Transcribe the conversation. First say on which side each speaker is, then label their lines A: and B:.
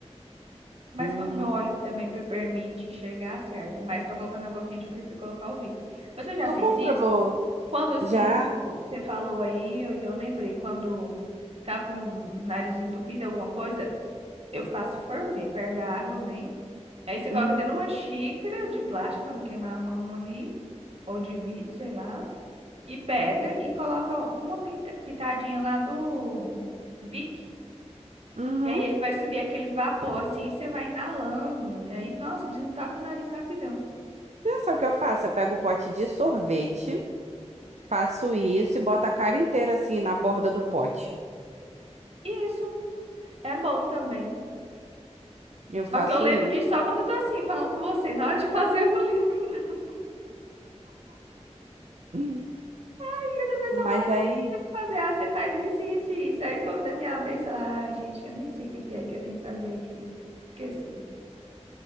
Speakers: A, on the right; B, on the right.
A: Mas
B: Hum.
A: quando meu óleo também pe- permite chegar, serve. Mas para colocar na água quente, eu prefiro colocar o Vic. Você já
B: Tu
A: fez
B: comprou
A: isso? Quando assim,
B: já?
A: eu, tipo, você falou aí, eu, eu lembrei, quando tá com o nariz entupido, alguma coisa, eu faço ferver, ferve a água, né? Aí você coloca
B: Uhum.
A: dentro de uma xícara de plástico para não queimar a mão ali, ou de vidro, sei lá. E pega e coloca uma pinta- pitadinha lá do Vic.
B: Uhum.
A: E aí ele vai subir aquele vapor assim e você vai inalando. E aí, nossa, desentope o nariz rapidão.
B: Já sabe o que eu faço? Eu pego o pote de sorvete. Faço isso e boto a cara inteira assim na borda do pote.
A: E isso é bom também.
B: Eu faço
A: Só que eu lembro
B: isso.
A: disso só quando eu tô assim, falando com você. Na hora de fazer, eu não lembro, não.
B: Hum.
A: E Aí a pessoa
B: Mas
A: fala assim,
B: aí,
A: tem que fazer, ah, você faz isso, isso e isso. Aí quando é minha vez, sei lá, ai, gente, eu nem sei o que que é que eu tenho que fazer aqui. Esqueci.